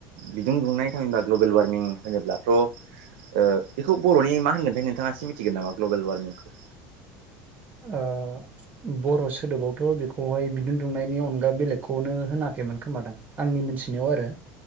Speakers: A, on the right; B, on the right.
A: बिदि बुंनाय थामहिनबा ग्लबेल वार्मिं होनोब्लाथ' ओ बेखौ बर'नि मा होनगोनथाय नोंथाङा एसे मिथिगोन नामा ग्ल'बेल वार्मिंखौ?
B: ओ बर' सोदोबावथ' बेखौहाय बिदुं दुंनायनि अनगा बेलेगखौनो होनाखैमोन खोमादां आंनि मोनथिनायाव आरो